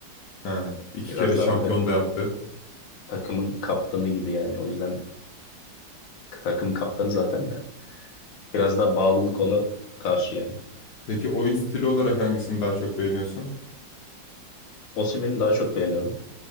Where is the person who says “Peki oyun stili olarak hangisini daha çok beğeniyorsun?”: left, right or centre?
Left